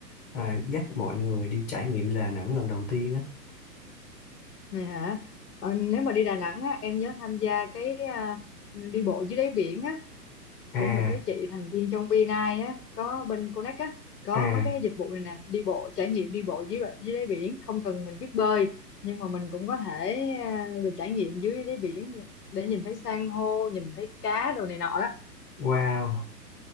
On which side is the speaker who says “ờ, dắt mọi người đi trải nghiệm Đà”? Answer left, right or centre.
Left